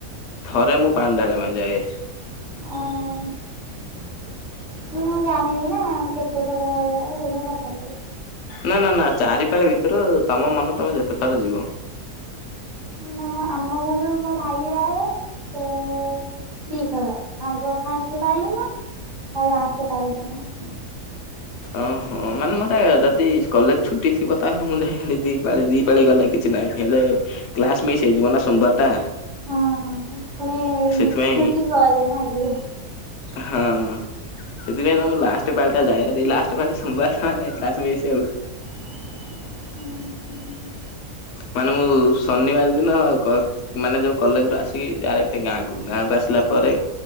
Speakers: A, on the left (about 65°); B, on the right (about 60°).
A: ଥରେ ମୁଁ ପାଣି ଢାଳିବା ପାଇଁ ଯାଏ।
B: <inaudible> ମୁଁ ଜାଣିବି ନା କେତେ ଥର କଣ ସେଥିପାଇଁ ପଚାରିଲି।
A: ନା, ନା, ନା ଚାରି ପାାଳି ଭିତରୁ, ତମ ମନ ତମେ ଯେତେ ଥର ଯିବ।
B: <inaudible> <unintelligible>
A: ଓହୋ ମାନେ ମୋର ଯଦି କଲେଜ ଛୁଟି ଥିବ ତାହେଲେ ମୁଁ <unintelligible> ପଲେଇ ଗଲେ କିଛି ନାହିଁ, ହେଲେ କ୍ଲାସ ମିସ୍ ହେଇଯିବ ନା ସୋମବାର ଟା।
B: ହଁ ଖଳେ
A: ସେଥିପାଇଁ
B: ଛୁଟି ପରେ ନା କି।
A: ହଁ ସେଥିପାଇଁ ନା ମୁଁ ଲାଷ୍ଟ ପାଳିଟା ଯାଏ, ଯଦି ଲାଷ୍ଟ ପାଳି ସୋମବାର ଥାଏ ନାହି କ୍ଲାସ ସ୍ପେସିଆଲ।
B: ହ
A: ମାନବ ବାବୁ ଶନିବାର ଦିନ କ ମାନେ ଯୋଉ କଲେଜ ରୁ ଆସିକି ଆଉ ଗୋଟେ ଗାଁକୁ ଗାଁକୁ ଆସିଲା ପରେ,